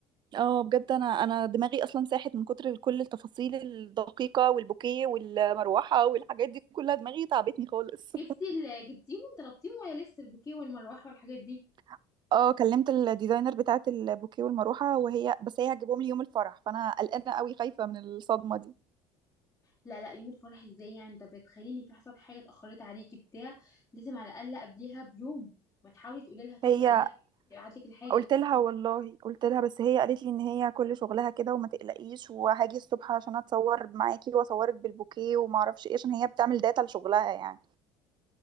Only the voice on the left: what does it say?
جبتي ال- جبتيهم طلبتيهم ولا لسه البوكيه والمروحه والحاجات دي
لا لا يوم الفرح ازاي يعني انت بتخليني في حصلت حاجه اتاخرت عليكي بتاع لازم على الاقل قبليها بيوم ما تحاولي تقولي لها طب
من قبلها <laughs> يبعت لك الحاجه